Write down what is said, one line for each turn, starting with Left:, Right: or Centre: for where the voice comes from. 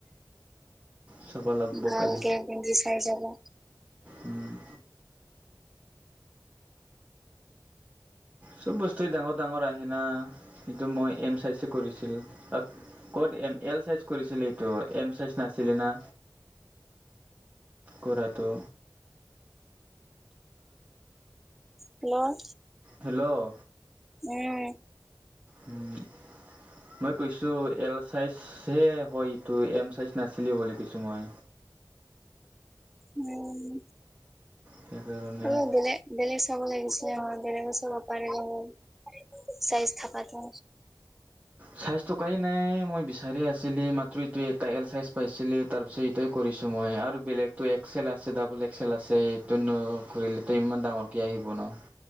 Right: চাব লাগব
Centre: ভালকে
Right: কালি।
Centre: পিন্ধি চাই যাবা।
Right: উম' চব বস্তুৱে ডাঙৰ ডাঙৰ আহে না সেইটো মই এম চাই চে কৰিছিলো, তাত- ক'ত এম এল চাইজ কৰিছিলি এইটো, এম চাইজ নাছিলেনা। কৰাটো।
Centre: হেল্লৌ'
Right: হেল্লৌ'
Centre: উম'
Right: উম' মই কৈছোঁ এল চাইজহে হয় এইটো এম চাইজ নাছিলে বুলি কৈছোঁ মই।
Centre: উম'
Right: সেইকাৰণে
Centre: অলপ বেলেগ। বেলেগ চাব লাগিছিলে হয় বেলেগ চাব পাৰে নহয় চাইজ থকাটো।
Right: চাইজ থকাই নাই মই বিচাৰি আছিলো মাত্ৰ এইটোৱে এটা এল চাইজ পাইছিলোঁ। তাৰপিছত এইটোৱে কৰিছোঁ মই আৰু বেলেগটো এক্সেল আছে ডাবোল এক্সেল আছে সেইটোনো কৰিলোঁ টো ইমান ডাঙৰ- কে আহিব ন।